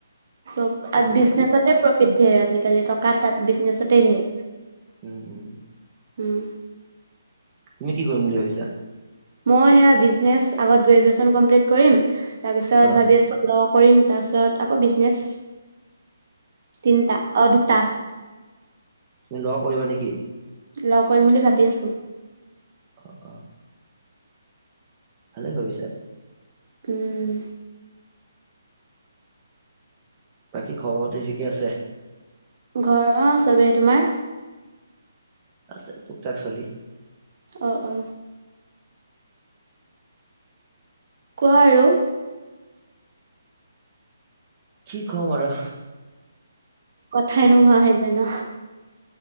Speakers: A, on the right; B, on the right.
A: চব
B: প্ৰফিট
A: বিজনেছতে
B: হয় বাৰু।
A: ধেৰ আজিকালি টকা তাত বিজনেছতে ধেৰ
B: উম উম
A: উম
B: তুমি কি কৰিম বুলি ভাবিছা
A: মই সেয়া বিজনেছ আগত গ্ৰেজুৱেশ্যন কমপ্লিট কৰিম তাৰপিছত
B: অ
A: ভাবি আছোলক কৰিম তাৰপিছত আকৌ বিজনেছ তিনিটা দুটা
B: তুমি লগ কৰিবা নেকি
A: ল কৰিম বুলি ভাবি আছো
B: অ অ ভালে হৈ হৈছে
A: উম
B: বাকী খবৰ পাতি থিকে আছে
A: ঘৰ অ চবেইহে তোমাৰ
B: আছে তোক থাকচলি
A: আহ অ কোৱা আৰু
B: কি কম আৰু
A: কথাই নোহোৱা হৈ যায় ন